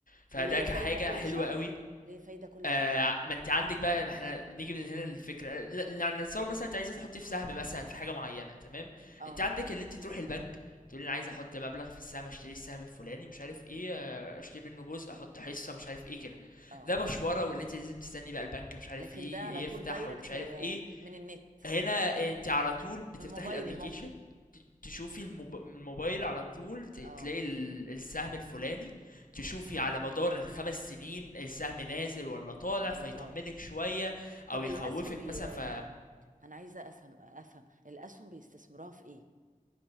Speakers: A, on the left; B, on the right.
A: فده
B: وليه
A: كحاجة
B: فايده كل
A: حلوة
B: شهر
A: قوي
B: ليه فايده كل
A: آه
B: شهر
A: ما انت عندك بقى ما احنا نيجي من هنا للفكره ل- يعني نتصور مثلا انت عايزه تحطي في سهم مثلا في حاجه معينه تمام
B: اه
A: انت عندك اللي انت تروحي البنك تقولي انا عايز احط مبلغ في السهم اشتري السهم الفلاني مش عارف ايه آه، اشتري منه جزء احط حصه مش عارف ايه كده
B: اه
A: ده مشوره واللي انت لازم تستني بقى البنك مش عارف
B: لكن
A: ايه
B: ده على طول
A: يفتح
B: دايركت
A: ومش عارف
B: آه،
A: ايه
B: من النت
A: هنا انت على طول بتفتحي
B: من موبايلي
A: الابليكيشن
B: ممكن
A: ت- تشوفي الموب- من الموبايل على طول ت-
B: اه
A: تلاقي ال- السهم الفلاني تشوفي على مدار الخمس سنين السهم نازل ولا طالع
B: ولا
A: فيطمنك
B: طالع
A: شوية او
B: طب
A: يخوفك
B: الاسهم بي
A: مثلا
B: آه،
A: ف
B: انا عايزه اسهم افهم الاسهم بيستثمروها في ايه